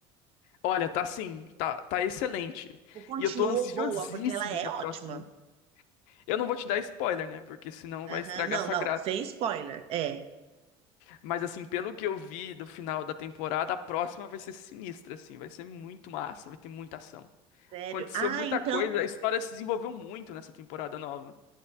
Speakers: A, on the left; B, on the right.
A: Olha, tá sim, tá, tá excelente.
B: O continuou
A: E eu tô ansiosíssimo
B: boa, porque ela é
A: pra próxima.
B: ótima.
A: Eu não vou te dar spoiler, né? Porque senão
B: Aham,
A: vai estragar
B: Não,
A: sua
B: não,
A: graça.
B: sem spoiler. É,
A: Mas assim, pelo que eu vi do final da temporada, a próxima vai ser sinistra, assim, vai ser muito massa, vai ter muita ação.
B: sério.
A: Aconteceu
B: Ah,
A: muita
B: então,
A: coisa, a história se desenvolveu muito nessa temporada nova.